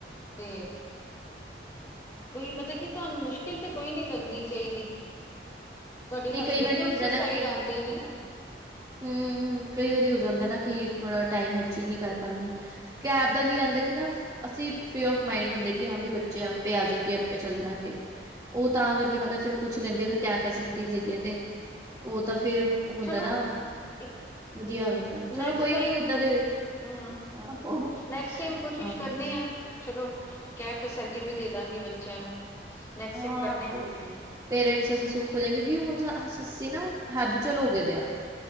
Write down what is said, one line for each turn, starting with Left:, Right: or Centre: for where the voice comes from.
Left: ਤੇ ਕੋਈ ਮਤਲਬ ਕਿ, ਤੁਹਾਨੂੰ ਮੁਸ਼ਕਿਲ ਤੇ ਕੋਈ ਨਹੀਂ ਲੱਗਣੀ ਚਾਹੀਦੀ। ਤੁਹਾਡੇ
Right: ਨਹੀਂ
Left: ਹਸਬੈਂਡ
Right: ਕਈ ਵਾਰੀ
Left: ਵੀ ਉਸੇ
Right: ਹੁੰਦਾ ਨਾ
Left: ਸਾਈਡ
Right: ਕਿ
Left: ਆਉਂਦੇ ਨੇ ਨਾ।
Right: ਹੂੰ ਕਈ ਵਾਰੀ ਹੋ ਜਾਂਦਾ ਨਾ ਕਿ ਥੋੜਾ ਟਾਈਮ ਮੈਚਿੰਗ ਨਹੀਂ ਕਰ ਪਾਉਂਦੀ। ਕੈਬ ਦਾ ਕੀ ਰਹਿੰਦਾ ਕਿ ਨਾ ਅਸੀਂ ਫਰੀ ਆਫ ਮਾਈੰਡ ਹੁੰਦੇ ਕਿ ਹਾਂ ਵੀ ਬੱਚੇ ਪੇ ਆਪੇ ਜਾਣਗੇ ਆਪੇ ਚੱਲ ਜਾਣਗੇ ਉਹ ਤਾਂ ਕਰਕੇ ਮੈਂ ਕਿਹਾ ਚਲੋ ਪੁੱਛ ਲੈਂਦੀ ਅਗਰ ਕੈਬ ਫੈਸਿਲਿਟੀਜ਼ ਹੈਗੀਆਂ ਤੇ ਉਹ ਤਾਂ ਫੇਰ ਹੁੰਦਾ
Left: ਚਲੋ
Right: ਨਾ।
Left: <inaudible>
Right: ਵਧੀਆ ਹੋ ਜਾਂਦਾ ਚਲੋ
Left: ਨੈਕਸਟ
Right: ਕੋਈ
Left: ਟਾਈਮ
Right: ਨੀ ਏਦਾਂ ਦੇ
Left: ਹੂੰ
Right: ਆਹੋ
Left: ਨੈਕਸਟ ਟਾਈਮ ਕੋਸ਼ਿਸ਼
Right: ਹਾਂ,
Left: ਕਰਨੇ ਆ। ਚਲੋ ਕੈਬ ਫੈਸਿਲਿਟੀ ਵੀ ਦੇ ਦਾਂਗੇ ਬੱਚਿਆਂ ਨੂੰ ਨੈਕਸਟ
Right: ਆਹੋ
Left: ਟਾਈਮ ਕਰਨੇ ਆ ਕੋਸ਼ਿਸ਼
Right: ਪੇਰੈਂਟਸ ਅਸੀਂ ਸੁੱਖ ਹੋਦੇ ਹਾਂ ਕਿਉਂਕਿ ਹੁਣ ਅੱਸੀਂ ਨਾ ਹੈਬੀਚਲ ਹੋ ਗਏ ਹਾਂ।